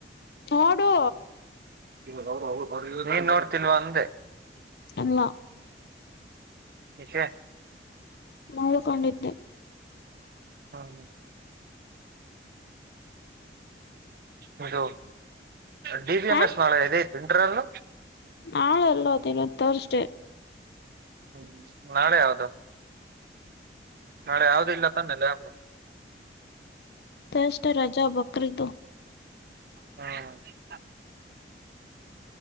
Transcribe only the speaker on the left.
ನೋಡು
ಎಲ್ಲ
ಮಲ್ಕೊಂಡಿದ್ದೆ
ಹ
ನಾಳೆ ಅಲ್ಲ ಅದಿಲ್ಲ ತೋರಿಸೆ
ಸಷ್ಟ್ಠ ರಜಾ ಬಕ್ರೀದ್ದ